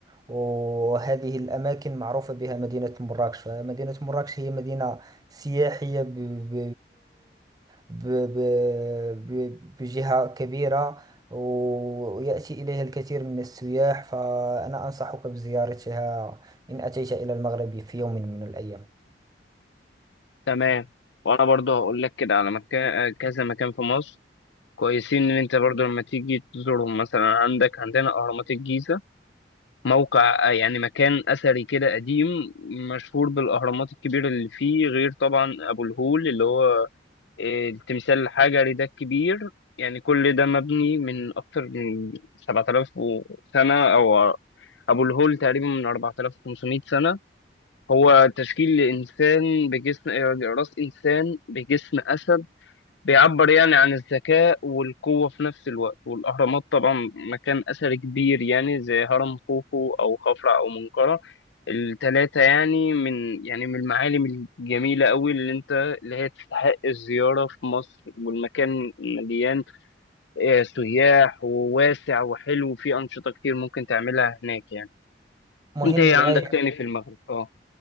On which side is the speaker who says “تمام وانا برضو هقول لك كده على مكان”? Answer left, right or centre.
Left